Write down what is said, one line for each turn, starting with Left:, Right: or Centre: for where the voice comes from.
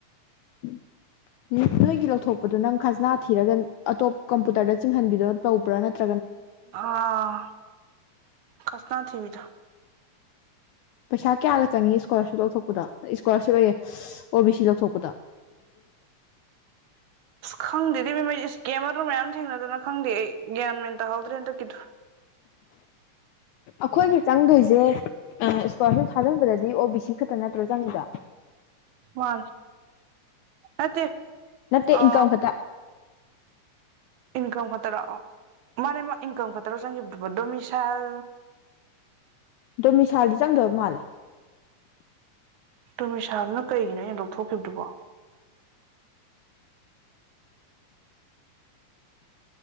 Left: ꯎꯝ ꯅꯣꯏꯒꯤ ꯂꯧꯊꯣꯛꯄꯗꯣ ꯅꯪ ꯈꯖꯅꯥ ꯊꯤꯔꯒ ꯑꯇꯣꯞ ꯀꯝꯄꯨꯇꯔꯗ ꯆꯤꯡꯍꯟꯕꯤꯗꯣ ꯇꯧꯕ꯭ꯔꯥ ꯅꯠꯇ꯭ꯔ
Right: ꯑꯥ ꯈꯁꯅꯥ ꯊꯔ
Left: ꯄꯩꯁꯥ ꯀꯌꯥꯒ ꯆꯪꯏꯤ ꯏꯁꯀꯣꯂꯥꯔꯁꯤꯞ ꯂꯧꯊꯣꯛꯄꯗ ꯏꯁꯀꯣꯂꯥꯔꯁꯤꯞ ꯂꯩꯌꯦꯦ ꯑꯣ ꯕꯤ ꯁꯤ ꯂꯧꯊꯣꯛꯄꯗ
Right: ꯈꯪꯗꯗꯤ ꯃ ꯀꯦꯃꯗꯨ ꯃꯌꯥꯝ ꯊꯦꯡꯅꯗꯅ ꯈꯪꯗꯦ ꯑꯩ ꯒ꯭ꯌꯥꯟ ꯃꯦꯟ ꯇꯥꯍꯧꯗ꯭ꯔꯦ ꯍꯟꯗꯛꯀꯤꯗꯨ
Left: ꯑꯩꯈꯣꯏꯒꯤ ꯆꯪꯗꯣꯏꯁꯦ ꯏꯁꯀ꯭ꯋꯥꯔꯁꯤꯞ ꯊꯥꯖꯤꯟꯕꯗꯗꯤ ꯑꯣ ꯕꯤ ꯁꯤ ꯈꯛꯇ ꯅꯠꯇ꯭ꯔꯣ ꯆꯪꯉꯤꯗ
Right: ꯃꯥ ꯑꯠꯇ
Left: ꯅꯠꯇꯦ
Right: ꯑ
Left: ꯏꯟꯀꯝ ꯈꯛꯇ
Right: ꯏꯝ ꯈꯔ ꯃ ꯃꯥ ꯏꯀꯝ ꯈꯇꯔ ꯆꯪꯒꯤ ꯄ ꯗꯣꯃꯤꯁꯜ
Left: ꯑꯗꯣ ꯃꯤꯁꯥꯜꯗꯤ ꯆꯪꯗꯕ ꯃꯥꯜꯂꯦ
Right: ꯇꯣꯃꯤꯁꯥꯕꯅ ꯀꯩꯒꯤꯅꯣ ꯑꯩꯅ ꯂꯧꯊꯣꯛꯈꯤꯕꯗꯨꯕꯣ